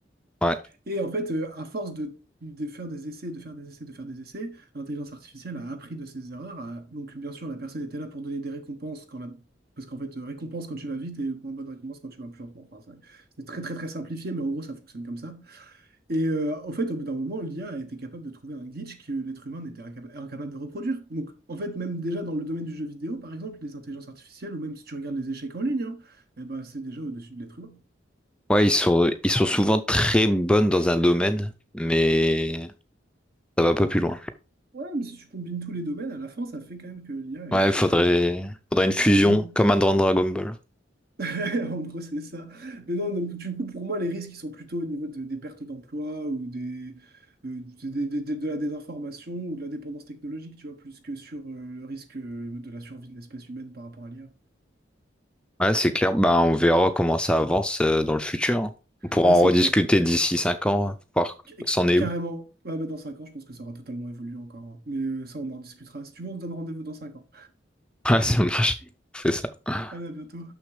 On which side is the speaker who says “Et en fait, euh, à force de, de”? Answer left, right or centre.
Right